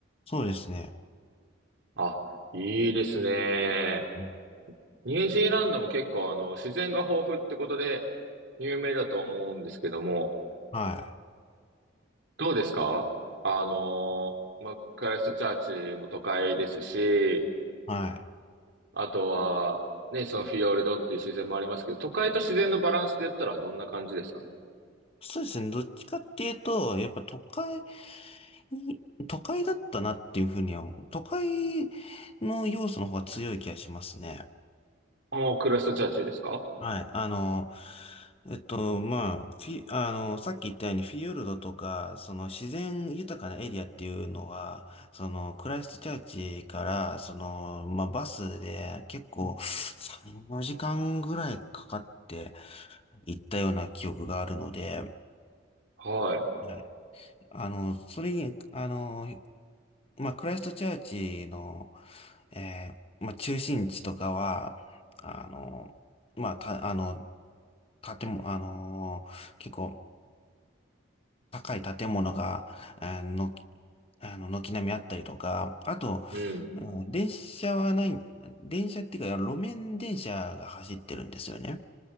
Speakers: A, on the left (about 30°); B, on the right (about 60°).
A: そうですね。
B: あ、いいですね。
A: うん
B: ニュージーランドも結構、あの、自然が豊富ってことで、有名だと思うんですけども、
A: はい。
B: どうですかあの、マックライストチャーチも都会ですし、
A: はい。
B: あとは、ね、そのフィヨルドっていう自然もありますけど、都会と自然のバランスで言ったらどんな感じですか
A: そうですね。どっちかっていうと、やっぱ都会に、都会だったなっていうふうには、都会の要素の方が強い気がしますね。
B: ああ、クロストチャーチですか
A: はい。あの、えっと、まあ、フィ、あの、さっき言ったようにフィヨルドとか、その自然豊かなエリアっていうのは、そのクライストチャーチから、その、まあ、バスで結構3、4時間ぐらいかかって行ったような記憶があるので、は
B: はい。
A: いあの、それに、あの、まあ、クライストチャーチの、えーまあ、中心地とかは、あの、まあ、た、あの、建物、あのー結構高い建物が、あの、あの、軒並みあったりとか、あと、
B: うん。
A: うん電車はない、電車っていうか、路面電車が走ってるんですよね。